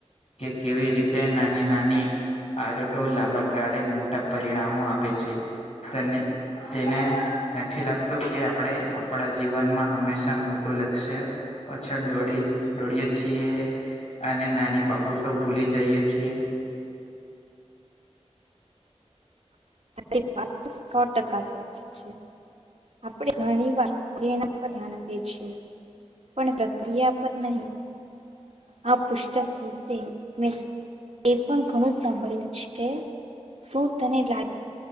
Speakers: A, on the left; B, on the right.
A: કે કેવી રીતે નાની નાની આદતો લાંબા ગાળે મોટા પરિણામો આપે છે તને તેને નથી લાગતું કે આપણે આપણા જીવનમાં હંમેશા મોટું લક્ષ્ય પાછળ દોડી દોડીએ છીએ અને નાની બાબ તો ભૂલી જઈએ છીએ.
B: તારી વાત તો સો ટકા સાચી છે. આપણે ઘણી વાર પ્રેરણા <unintelligible> પર ધ્યાન આપીએ છીએ. પણ પ્રક્રિયા પર નહી આ પુસ્તક વિશે મે એ પણ ઘણું સાંભળ્યું છે શું તને લાગ